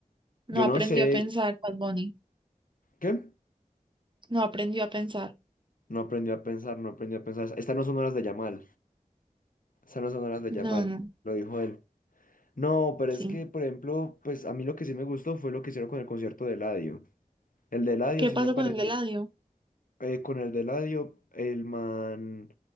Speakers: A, on the right (about 35°); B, on the left (about 75°).
A: no
B: Yo
A: aprendió
B: no sé
A: a pensar, Bad Bunny,
B: qué.
A: no aprendió a pensar.
B: No aprendí a pensar, no aprendí a pensar. Estas no son horas de Yamal. Estas no son horas de
A: No,
B: Yamal,
A: no,
B: lo dijo él. No, pero
A: sí.
B: es que, por ejemplo, pues a mí lo que sí me gustó fue lo que hicieron con el concierto de Eladio. El de Eladio
A: ¿Qué
B: sí
A: pasó
B: me pareció.
A: con el de Eladio?
B: eh, con el de Eladio, el man,